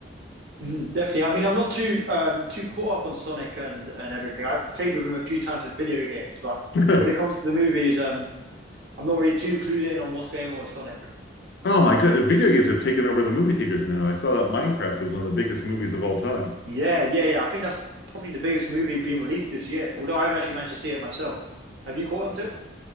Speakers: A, on the right; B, on the left.
A: Mhm, Definitely. I mean, I'm not too um too caught up on Sonic and and everything. I've played with him a few times in video games, but
B: <laughs>
A: when it comes to the movies, um, I'm not really too clued in on what's going on with Sonic.
B: Oh my goodness, video games have taken over the movie theaters now. I saw that Minecraft was one of the biggest movies of all time.
A: Yeah, yeah, yeah. I think that's probably the biggest movie being released this year, although I haven't actually managed to see it myself. Have you caught on to it?